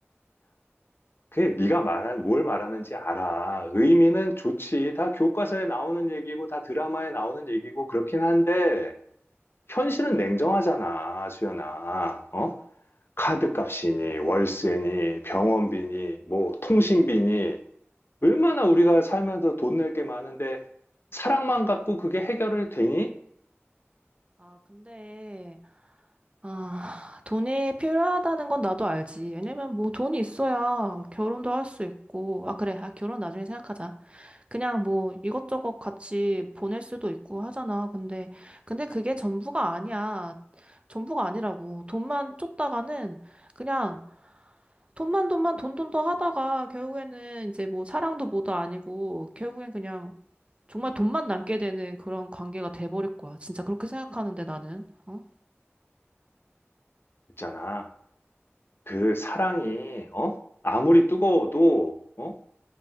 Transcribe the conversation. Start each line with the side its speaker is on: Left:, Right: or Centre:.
Left: 그게 네가 말한 뭘 말하는지 알아. 의미는 좋지. 다 교과서에 나오는 얘기고 다 드라마에 나오는 얘기고 그렇긴 한데 현실은 냉정하잖아, 수연아. 어? 카드값이니 월세니 병원비니 뭐 통신비니 얼마나 우리가 살면서 돈 낼게 많은데 사랑만 갖고 그게 해결을 되니?
Right: 아, 근데, 아, 돈이 필요하다는 건 나도 알지. 왜냐면 뭐 돈이 있어야 결혼도 할 수 있고. 아, 그래. 아, 결혼 나중에 생각하자. 그냥 뭐 이것저것 같이 보낼 수도 있고 하잖아. 근데, 근데 그게 전부가 아니야. 전부가 아니라고. 돈만 쫓다가는 그냥 돈만 돈만 돈돈도 하다가 결국에는 이제 뭐 사랑도 뭐도 아니고 결국엔 그냥 정말 돈만 남게 되는 그런 관계가 돼버릴 거야. 진짜 그렇게 생각하는데 나는. 어?
Left: 있잖아. 그 사랑이 어? 아무리 뜨거워도 어?